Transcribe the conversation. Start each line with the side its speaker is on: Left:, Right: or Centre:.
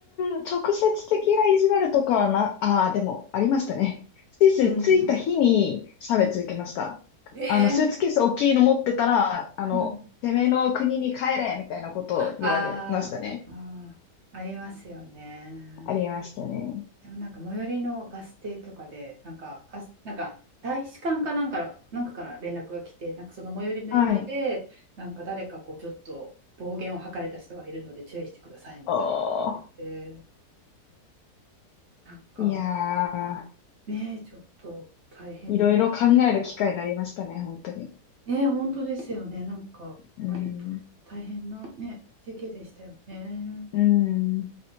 Left: ん、直接的な意地悪とかはな、ああ、でもありましたね。スイス着いた日に差別受けました。
Right: うんうんうんええ
Left: あの、スーツケース大きいの持ってたら、あの、
Right: うん。
Left: てめえの国に帰れみたいなことを言われましたね。
Right: あーあー、ありますよね。
Left: ありましたね。
Right: でもなんか最寄りのバス停とかで、なんか、あ、なんか大使館かなんか、なんかから連絡が来て、なんかその最寄りの駅で、
Left: はい。
Right: なんか誰かこうちょっと暴言を吐かれた人がいるので注意してくださいみたいなのが出てて、
Left: おー。
Right: なんか
Left: いやー、
Right: ね、ちょっと大変、
Left: いろいろ考える機会になりましたね、本当に。
Right: ね、本当ですよね、なんか割と大変なね、
Left: うーん。
Right: 時期でしたよね。
Left: うーん。